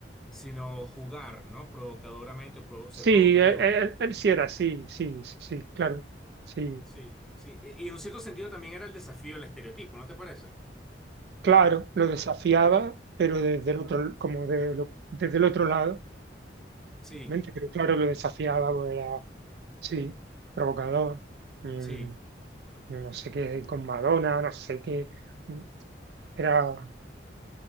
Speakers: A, in the centre; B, on the right (about 60°).
A: sino jugar, ¿no? Provocadoramente, o provo- ser
B: Sí,
A: provocativo.
B: él, él- él sí era así, sí, sí, sí, claro, sí,
A: Sí, sí. Y y en un cierto sentido también era el desafío, el estereotipo, ¿no te parece?
B: claro, lo desafiaba, pero desde el otro, como de lo- desde el otro lado.
A: Sí,
B: realmente, pero claro, lo desafiábamos, era, sí, provocador, mm,
A: sí,
B: no sé qué, con Madonna, no sé qué, mm, era,